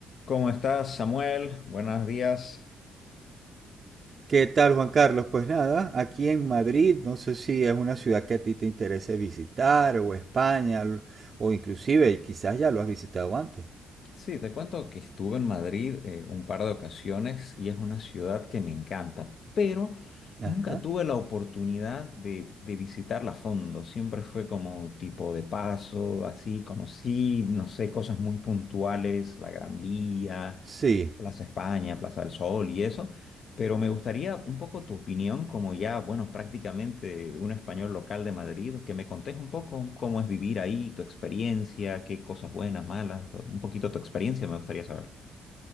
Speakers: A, on the left (about 60°); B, on the right (about 45°).
A: ¿Cómo estás, Samuel? Buenos días.
B: ¿Qué tal, Juan Carlos? Pues nada, aquí en Madrid, no sé si es una ciudad que a ti te interese visitar, o España, l- o inclusive quizás ya lo has visitado antes.
A: Sí, te cuento que estuve en Madrid eh, un par de ocasiones y es una ciudad que me encanta, pero
B: Ajá.
A: nunca tuve la oportunidad de, de visitarla a fondo. Siempre fue como tipo de paso, así conocí, no sé, cosas muy puntuales, la Gran Vía
B: Sí,
A: Plaza España, Plaza del Sol y eso, pero me gustaría un poco tu opinión como ya, bueno, prácticamente un español local de Madrid, que me contes un poco cómo es vivir ahí, tu experiencia, qué cosas buenas, malas, un poquito tu experiencia me gustaría saber.